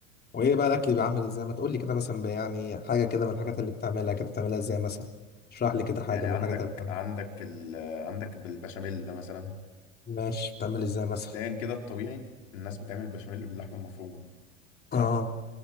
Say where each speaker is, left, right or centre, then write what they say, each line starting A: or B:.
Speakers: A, on the left (about 25°); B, on the left (about 80°).
A: وايه بقى الاكل بيعمل ازاي ما تقول لي كده مثلا يعني حاجه كده من الحاجات اللي بتعملها كده بتعملها ازاي مثلا اشرح لي كده حاجه
B: يعني
A: من
B: عندك
A: الحاجات اللي بتعملها
B: عندك ال... عندك بالبشاميل ده مثلا
A: ماشي بتعمل ازاي مثلا
B: مبدئيا كده الطبيعي الناس بتعمل بشاميل باللحمه المفرومه صح
A: اه